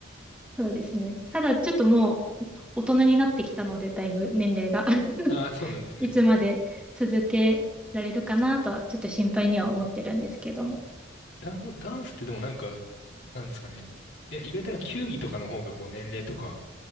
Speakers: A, in the centre; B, on the left.
A: そうですね。ただちょっともう大人になってきたので、だいぶ年齢が
B: ああ、そうなんですね。
A: <laughs> いつまで続けられるかなとはちょっと心配には思ってるんですけども。
B: ダン、ダンスってでもなんか、なんですかね。いや、意外となんか球技とかの方がこう年齢とか